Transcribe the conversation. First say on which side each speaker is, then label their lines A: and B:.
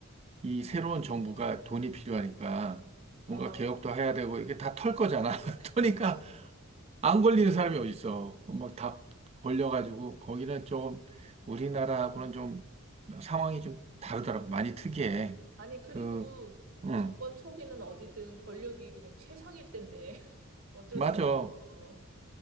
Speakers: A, on the right (about 25°); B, on the right (about 85°).
A: 이 새로운 정부가 돈이 필요하니까
B: 어.
A: 뭔가
B: 어.
A: 개혁도 해야 되고 이게 다 털 거잖아. <laughs>
B: 그치.
A: 터니까 안 걸리는 사람이 어딨어. 막 다 걸려가지고, 거기는 조금 우리나라하고는 좀 상황이 좀 다르더라고. 많이 특이해.
B: 아니, 그리고
A: 그, 응,
B: 정권 초기는 어디든 권력이 그냥 최상일 텐데. <laughs> 어쩔
A: 맞아.
B: 수 없어. 어,